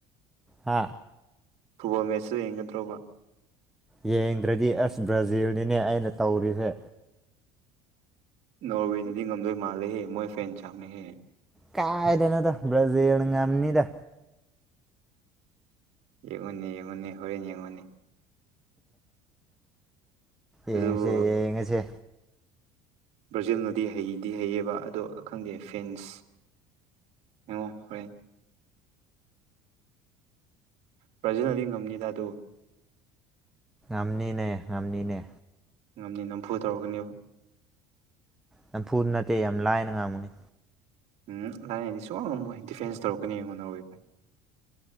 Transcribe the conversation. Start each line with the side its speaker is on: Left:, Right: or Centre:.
Centre: ꯍꯥ
Right: ꯐꯨꯠꯕꯣꯜ ꯃꯦꯠꯆꯁꯨ ꯌꯦꯡꯒꯗ꯭ꯔꯣꯕ
Centre: ꯌꯦꯡꯗ꯭ꯔꯗꯤ ꯑꯁ ꯕ꯭ꯔꯥꯖꯤꯜꯅꯤꯅꯦ ꯑꯩꯅ ꯇꯧꯔꯤꯁꯦ
Right: ꯅꯣꯔꯋꯦꯅꯗꯤ ꯉꯝꯗꯣꯏ ꯃꯥꯜꯂꯦꯍꯦ ꯃꯣꯏ ꯐꯦꯟ ꯆꯥꯝꯃꯦꯍꯦ
Centre: ꯀꯥꯏꯗꯅ ꯇ ꯭ꯔꯥꯖꯤꯜ ꯉꯝꯅꯤꯗ
Right: ꯏꯉꯣꯟꯅꯤ ꯏꯃꯣꯟꯅꯤ ꯍꯔꯅꯤꯃꯅꯤꯅꯤ
Centre: ꯌꯦꯡꯁꯦ
Right: ꯑꯗꯨꯕꯨ
Centre: ꯌꯦꯡꯉꯁꯦ
Right: ꯕ꯭ꯔꯥꯖꯤꯜꯅꯗꯤ ꯍꯩꯗꯤ ꯍꯩꯌꯦꯕ ꯑꯗꯣ ꯈꯪꯗꯦ ꯑꯦ ꯐꯦꯟꯁ ꯍ ꯍꯣꯏ ꯄ꯭ꯔꯖꯥ ꯅ ꯉꯝꯖꯤꯗ ꯇꯨ
Centre: ꯅꯝꯅꯤꯅꯦ ꯅꯝꯅꯤꯅꯦ
Right: ꯉꯝꯅꯤ ꯅꯝꯐꯨ ꯇꯧꯔꯛꯀꯅꯦꯕ
Centre: ꯌꯥꯝ ꯐꯨꯗ ꯅꯠꯇꯦ ꯌꯥꯝ ꯂꯥꯏꯅ ꯉꯥꯡꯕꯨꯅꯤ
Right: ꯎꯝ ꯂꯥꯏꯅꯗꯤ ꯁꯨꯡ ꯉꯝꯃꯣꯏ ꯗꯤꯐꯦꯟꯁ ꯇꯧꯔꯛꯀꯅꯤ ꯑꯩꯉꯣꯟꯅꯔꯋꯏ